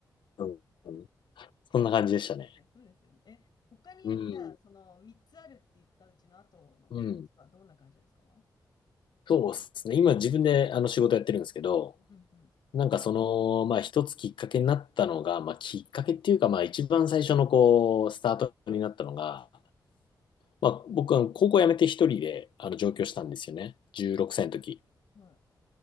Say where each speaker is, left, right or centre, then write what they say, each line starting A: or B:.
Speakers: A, on the left; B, on the left.
A: うんうん。そんな感じでしたね。
B: ねそうですよね。え、他に、
A: うん。
B: じゃあ、その3つあるって言ったうちの後の2つはどんな感じなんですか
A: うん。そうですね。今自分であの仕事やってるんですけど、
B: うんうん。
A: なんかその、まあ一つきっかけになったのが、まあきっかけっていうか、まあ一番最初のこう、スタートになったのが、まあ僕は高校辞めて一人であの上京したんですよね。
B: うん
A: 16歳の時。
B: お、はい。